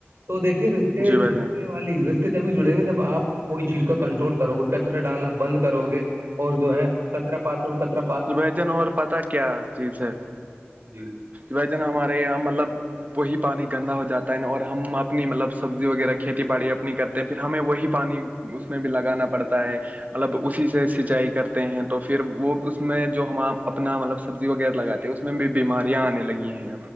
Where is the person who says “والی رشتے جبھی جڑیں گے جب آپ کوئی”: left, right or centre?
Right